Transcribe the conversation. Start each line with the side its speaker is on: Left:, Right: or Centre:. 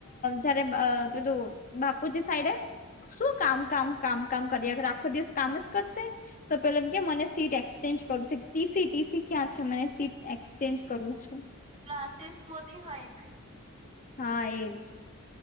Left: જયારે પેલું બાપુજી સાઈડે શું કામ, કામ, કામ, કામ કરીયા કરે? શું આખો દિવસ કામ જ કરશે? તો પેલો કે, મને સીટ એક્સચેન્જ કરવું છે. ટીસી, ટીસી ક્યાં છે? મને સીટ એક્સચેન્જ કરવું છે
Right: હાશિષ મોદી હોય ને.
Left: હા, એજ.